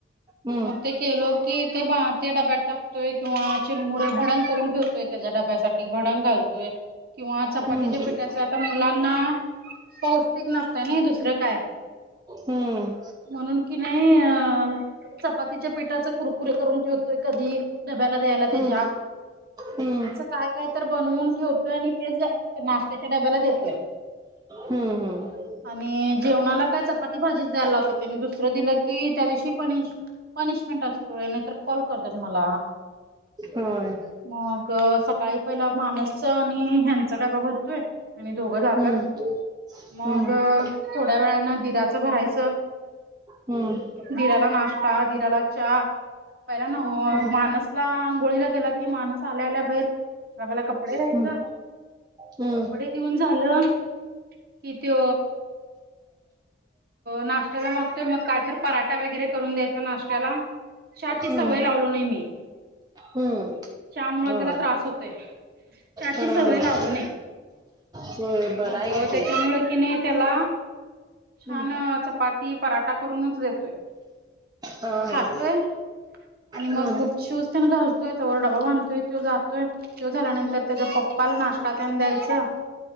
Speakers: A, on the right; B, on the right.
A: हम्म
B: मग ते केलो की ते भां डब्यात. टाकतोय किंवा चिरमुरे भडंग करून ठेवतोय त्याच्या डब्यासाठी भडंग घालतोय. किंवा चपातीच्या
A: हम्म
B: पिठाच पण मुलांना पौष्टिक नस ते नाही दुसरं काय
A: हम्म
B: म्हणून की नाही अ. चपातीच्या पिठाचे कुरकुरे करून ठेवतोय कधी, डब्याला द्यायला त्याच्या.
A: हम्म हम्म
B: <unintelligible> काय काय तर बनवून ठेवतोय आणि तेच नाश्त्याच्या डब्याला देतोय.
A: हम्म हम्म
B: आणि जेवणाला काय चपाती भाजीच द्यायला लावत्याती, आणि दुसरं दिलं की त्या दिवशी पण हेची पनिशमेंट असतोय नाहीतर कॉल करतात मला.
A: होय
B: मग सकाळी पहिला मानसच आणि ह्यांचा डबा भरतोय. हे नी दोघं जातत्यात
A: हम्म
B: मग.
A: हम्म
B: अ. थोड्या वेळानं दिराचं भरायचं.
A: हम्म
B: दिराला नाष्टा दिराला च पहिला ना
A: हम्म
B: मानसला आंघोळीला गेला कि मानस आल्या आल्या बाहेर. बाबाला कपडे द्यायचं,
A: हम्म हम्म
B: कपडे देऊन झालं कि त्यो नाशत्याला मागतोय मग काय तर पराठा वगैरे करून द्यायचा नाश्त्याला, चाची
A: हम्म
B: सवय लावलो नाही मी.
A: हम्म
B: चा मुळं
A: होय
B: त्याला त्रास होतोय. चाची
A: हं
B: सवय लावलो
A: हं
B: नाही.
A: होय बरं
B: मग
A: आहे का
B: त्याच्यामुळे
A: ते
B: की नाही त्याला छान
A: हम्म
B: चपाती पराठा करूनच देतोय.
A: हा
B: खातोय
A: हा.
B: आणि
A: हम्म
B: मग बुट शूज तेन घालतोय, तवर डबा बांधतोय तो जातोय. ज्यो झाल्यानंतर त्याच्या पप्पाला नाश्ता तेन द्यायचं.